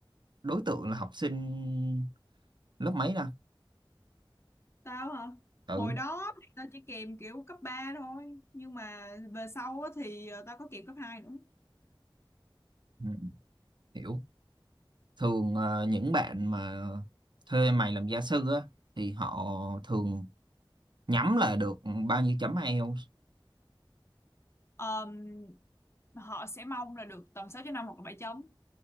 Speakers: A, on the right (about 60°); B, on the left (about 30°).
A: đối tượng là học sinh lớp mấy ta
B: tao hả
A: ừ,
B: hồi đó thì tao chỉ kèm kiểu cấp 3 thôi nhưng mà về sau á, thì ờ, tao có kèm cấp 2 nữa
A: ừ hiểu thường ờ, những bạn mà thuê mày làm gia sư á thì họ thường nhắm là được bao nhiêu chấm ai eo?
B: Ờm, họ sẽ mong là được tầm 6 chấm 5 hoặc là bảy chấm